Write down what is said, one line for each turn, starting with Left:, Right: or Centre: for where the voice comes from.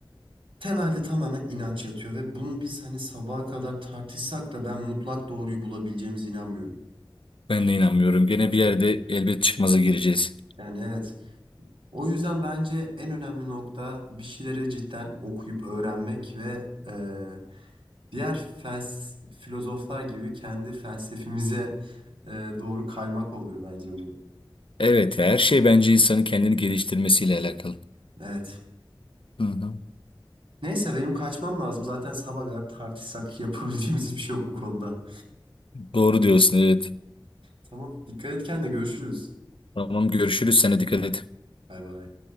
Right: temelde tamamen inanç yatıyor ve bunu biz hani sabaha kadar tartışsak da ben mutlak doğruyu bulabileceğimize inanmıyorum.
Left: Ben de inanmıyorum. Gene bir yerde elbet çıkmaza gireceğiz.
Right: Yani evet. O yüzden bence en önemli nokta bir şeyleri cidden okuyup öğrenmek ve e, diğer fels filozoflar gibi kendi felsefemize e, doğru kaymak oluyor bence bu.
Left: Evet ya her şey bence insanın kendini geliştirmesiyle alakalı.
Right: Evet.
Left: Hı hı.
Right: Neyse benim kaçmam lazım. Zaten sabaha kadar tartışsak yapabileceğimiz hiçbir şey yok bu konuda.
Left: Doğru diyorsun evet.
Right: Tamam. Dikkat et kendine görüşürüz.
Left: Tamam görüşürüz. Sana dikkat et.
Right: Bay bay.